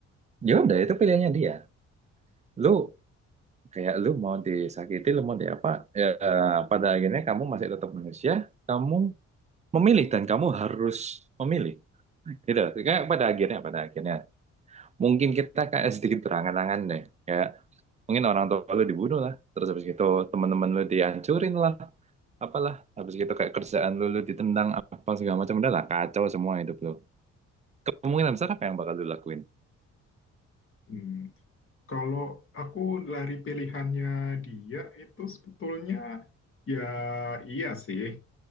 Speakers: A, on the right; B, on the left.
A: ya udah itu pilihannya dia. Lu kayak lu mau disakiti, lu mau di apa? Ya, eh, pada akhirnya kamu masih tetap manusia. Kamu memilih dan kamu harus memilih. Gitu. Kayak pada akhirnya, pada akhirnya mungkin kita kayak sedikit berangan-angan deh. Kayak mungkin orang tua lu dibunuh lah terus habis gitu teman-teman lu dihancurin lah apalah habis gitu kayak kerjaan lu lu ditendang apa segala macam udah lah kacau semua hidup lu kemungkinan besar apa yang bakal lu lakuin
B: hmm. kalau aku lari pilihannya dia itu sebetulnya ya iya sih